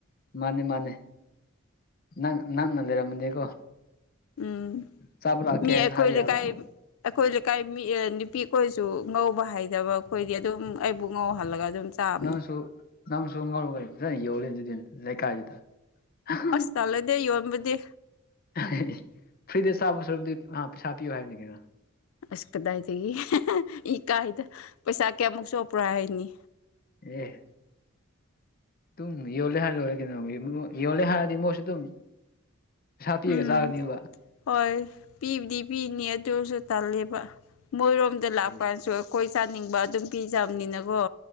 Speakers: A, on the left (about 45°); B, on the left (about 70°).
A: ꯃꯥꯅꯦ ꯃꯥꯅꯦ ꯅꯪ ꯅꯛꯅ ꯂꯩꯔꯝꯃꯗꯤꯀꯣ
B: ꯎꯝ
A: ꯆꯥꯕ ꯂꯥꯛꯀꯦꯅ
B: ꯃꯤ ꯑꯩꯈꯣꯢ
A: ꯍꯥꯏꯕ
B: ꯂꯩꯀꯥꯏ
A: ꯌꯥꯕ
B: ꯑꯩꯈꯣꯏ ꯂꯩꯀꯥꯏ ꯅꯨꯄꯤ ꯈꯣꯏꯁꯨ ꯉꯧꯕ ꯍꯩꯗꯕ ꯑꯩꯈꯣꯏꯗꯤ ꯑꯗꯨꯝ ꯑꯩꯕꯨ ꯉꯧꯍꯜꯂꯒ ꯑꯗꯨꯝ ꯆꯥꯕꯅꯤ
A: ꯅꯪꯁꯨꯣꯥ ꯅꯪꯁꯨ ꯉꯧꯔꯒ ꯐꯖꯅ ꯌꯣꯂꯨ ꯑꯗꯨꯗꯤ ꯂꯩꯀꯥꯏꯗꯨꯗ <unintelligible>
B: ꯑꯁ ꯇꯜꯂꯦꯗ ꯌꯣꯟꯕꯗꯤ
A: <unintelligible> ꯐ꯭ꯔꯤꯗ ꯆꯥꯕ ꯁꯔꯨꯛꯗꯤ ꯄꯩꯁꯥ ꯄꯤꯌꯨ ꯍꯥꯏꯕꯅꯤ ꯀꯩꯅꯣ
B: ꯑꯁ ꯀꯗꯥꯏꯗꯒꯤ ꯏꯀꯥꯏꯗ ꯄꯩꯁꯥ ꯀꯌꯥꯃꯨꯛ ꯆꯣꯞꯄ꯭ꯔꯣ ꯍꯥꯏꯅꯤ
A: ꯑꯦ ꯇꯨꯡ ꯌꯣꯂꯦ ꯍꯥꯏꯔ ꯂꯣꯢꯔꯦ ꯀꯩꯅꯣ ꯌꯣꯟꯕꯕꯨ ꯌꯣꯂꯦ ꯍꯥꯏꯔꯗꯤ ꯃꯣꯢꯁꯨ ꯇꯨꯝ ꯄꯩꯁꯥ ꯄꯤꯔꯒ
B: ꯎꯝ
A: ꯆꯥꯒꯅꯤꯕ
B: ꯍꯣꯏ ꯄꯤꯕꯨꯗꯤ ꯄꯤꯅꯤ ꯑꯗꯨꯁꯨ ꯇꯜꯂꯦꯕ ꯃꯣꯏꯔꯣꯝꯗ ꯂꯥꯛ
A: ꯎꯝ
B: ꯀꯥꯟꯁꯨ ꯈꯣꯏ ꯆꯥꯅꯤꯡꯕ ꯑꯗꯨꯝ ꯄꯤꯖꯕꯅꯤꯅꯀꯣ